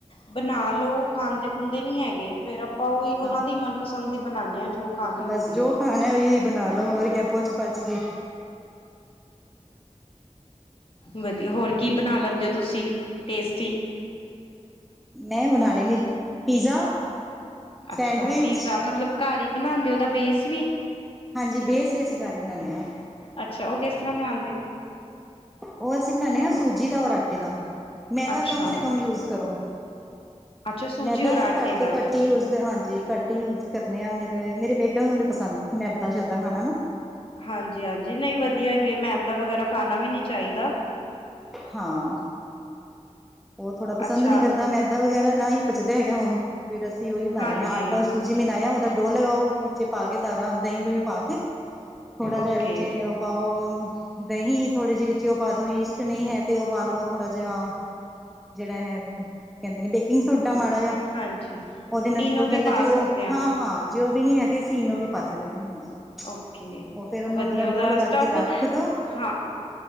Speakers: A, on the left; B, in the centre.
A: ਬਨਾ ਲਓ ਖਾਂਦੇ ਖੁਦੇ ਨੀ ਹੈਗੇ ਫੇਰ ਆਪਾਂ ਉਹੀ ਉਹਨਾਂ
B: ਹਾਂ
A: ਦੀ ਮਨਪਸੰਦ ਹੀ ਬਣਾਨੇ ਹਾਂ ਜੋ ਖਾਣੀ
B: ਬਸ
A: ਹੁੰਦੀ
B: ਜੋ
A: ਹੈ
B: ਖਾਣਾ ਉਹੀਓ ਬਣਾ ਦੋ ਹੋਰ ਕਿਆ ਪੁੱਛ ਪਛ ਕੇ
A: ਵਧੀਆ ਹੋਰ ਕੀ ਬਣਾ ਲੈਂਦੇ ਹੋ ਤੁਸੀਂ ਟੇਸਟੀ
B: ਮੈਂ ਬਣਾ ਲਏ ਨੇ ਪੀਜ਼ਾ
A: ਅੱਛਾ
B: ਸੈਂਡਵਿਚ
A: ਪੀਜ਼ਾ ਮਤਲਬ ਘਰ ਹੀ ਬਣਾਉਂਦੇ ਉਹਦਾ ਬੇਸ ਵੀ
B: ਹਾਂਜੀ ਬੇਸ ਅਸੀਂ ਘਰ ਹੀ ਬਣਾਉਂਦੇ ਹਾਂ
A: ਅੱਛਾ ਉਹ ਕਿਸ ਤਰ੍ਹਾਂ ਬਣਾਉਂਦੇ
B: ਉਹ ਅਸੀਂ ਬਣਾਉਦੇ ਹਾਂ ਸੂਜੀ ਦਾ ਔਰ ਆਟੇ ਦਾ ਮੈਦਾ
A: ਅੱਛਾ
B: ਕਮ ਸੇ ਕਮ ਯੂਜ ਕਰੋ
A: ਅੱਛਾ ਸੂਜੀ
B: ਮੈਦਾ
A: ਔਰ
B: ਅਸੀਂ
A: ਆਟੇ
B: ਘੱਟ
A: ਦਾ
B: ਤੋਂ ਘੱਟ ਹੀ ਯੂਜ ਹਾਂਜੀ ਘੱਟ ਹੀ ਯੂਜ ਕਰਨੇ ਆ ਮੇਰੇ ਮੇਰੇ ਬੇਟੇ ਨੂੰ ਨੀ ਪਸੰਦ ਮੈਦਾ ਸ਼ੈਦਾ ਖਾਣਾ ਨਾ
A: ਹਾਂਜੀ ਹਾਂਜੀ ਨਹੀਂ ਵਧੀਆ ਵੀ ਏ ਮੈਦਾ ਵਗੈਰਾ ਖਾਣਾ ਵੀ ਨੀ ਚਾਹੀਦਾ
B: ਹਾਂ ਉਹ ਥੋੜਾ ਪਸੰਦ
A: ਅੱਛਾ
B: ਨਹੀਂ ਕਰਦਾ ਮੈਦਾ ਦਾ ਵਗੈਰਾ ਨਾ ਹੀ ਪਚਦਾ ਹੈਗਾ ਹੁਣ ਫਿਰ ਅਸੀਂ ਉਹੀ ਬਣਾ
A: ਹਾਂਜੀ
B: ਲੈਣੇ ਹਾਂ ਆਟਾ ਔਰ ਸੂਜੀ ਮਿਲਾਇਆ ਉਹਦਾ ਡੋਹ ਲਗਾਓ ਵਿੱਚ ਪਾ ਕੇ ਸਾਰਾ ਦਹੀਂ ਦੁਹੀਂ ਪਾ ਕੇ ਥੋੜਾ ਜਿਹਾ
A: ਓਕੇ
B: ਵਿੱਚ ਪਾਓ ਦਹੀਂ ਥੋੜੇ ਜਿਹੇ ਵਿੱਚ ਉਹ ਪਾ ਦੋ ਈਸ਼ਟ ਨਹੀਂ ਹੈ ਤੇ ਓ ਪਾ ਲੋ ਥੋੜਾ ਜਿਹਾ ਜਿਹੜਾ ਹੈ ਕੀ ਕਹਿੰਦੇ ਨੇ ਬੇਕਿੰਗ ਸੋਡਾ ਮਾੜਾ ਜਿਹਾ
A: ਹਾਂਜੀ
B: ਉਹਦੇ ਨਾਲ
A: ਇਨੋ
B: ਫੁੱਲ
A: ਵੀ
B: ਜਾਂਦਾ
A: ਪਾ
B: ਜੀ ਉਹ
A: ਸਕਦੇ
B: ਹਾਂ ਹਾਂ ਜੋ ਵੀ ਨੀ ਹੈ ਤੇ ਅਸੀਂ ਇਨੋ ਵੀ ਪਾ ਸਕਨੇ ਹਾਂ ਹਾਂਜੀ
A: ਓਕੇ
B: ਉਹ ਫੇਰ ਉਹਨੂੰ
A: ਵਧੀਆ ਉਹਦਾ
B: ਡੋਹ ਲਗਾ
A: ਸਟਫ
B: ਕੇ ਰੱਖ ਦੋ
A: ਹਾਂ